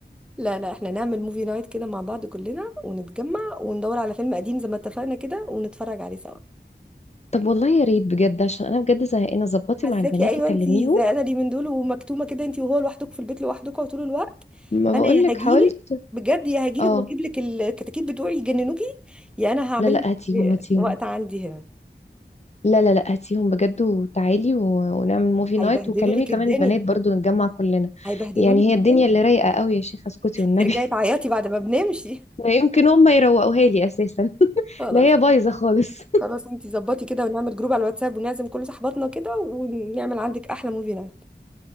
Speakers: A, in the centre; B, on the left (about 40°).
A: لا لا احنا نعمل موفي نايت كده مع بعض كلنا ونتجمع وندور على فيلم قديم زي ما اتفقنا كده ونتفرج عليه سوا
B: طب والله يا ريت بجد عشان انا بجد زهقانه ظبطي
A: حساكي
B: مع البنات
A: ايوه
B: وكلميهم
A: انتي زهقانه لي من دول ومكتومه كده انتي وهو لوحدك في البيت لوحدكوا طول الوقت
B: ما
A: انا
B: بقولك
A: يا هجيلك
B: حاولت
A: بجد يا هجيلك
B: اه
A: واجيب لك الكتاكيت بتوعي يجننوكي يا انا هعمل
B: لا لا هاتيهم
A: لك
B: هاتيهم
A: وقت عندي هنا
B: لا لا لا هاتيهم بجد وتعالي و- ونعمل موفي
A: هيبهدلوا
B: نايت وكلمي
A: لك
B: كمان
A: الدنيا
B: البنات برضو نتجمع كلنا
A: هيبهدلوا
B: يعني
A: لك الدنيا
B: هي الدنيا اللي رايقه قوي يا شيخه اسكتي والنبي
A: ترجعي تعيطي بعد ما بنمشي
B: لا يمكن هم يروقوها لي اساسا <laughs>
A: خلاص
B: لا هي بايظه خالص
A: خلاص انتي ظبطي كده ونعمل جروب على الواتساب ونعزم كل صحباتنا كده ونعمل عندك احلى موفي نايت